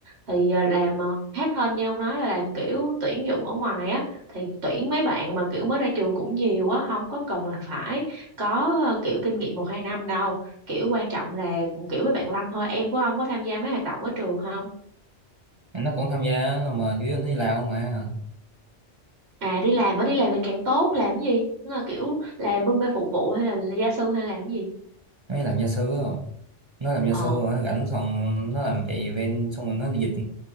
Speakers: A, on the right; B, on the right.
A: thì ờ, làm uh, headhunt như ông nói là làm kiểu tuyển dụng ở ngoài á thì tuyển mấy bạn mà kiểu mới ra trường cũng nhiều á không có cần là phải có ờ, kiểu kinh nghiệm một hai năm đâu kiểu quan trọng là kiểu với bạn Lanh thôi em của ông có tham gia mấy hoạt động ở trường không
B: Em nó cũng tham gia mà chứ nó đi làm mà
A: à đi làm á đi làm thì càng tốt làm cái gì tức là kiểu làm bưng bê phục vụ hay là gia sư hay làm cái gì
B: nó đi làm gia sư á nó làm gia
A: ờ
B: sư rồi nó rảnh xong nó làm chạy event xong rồi nó đi dịch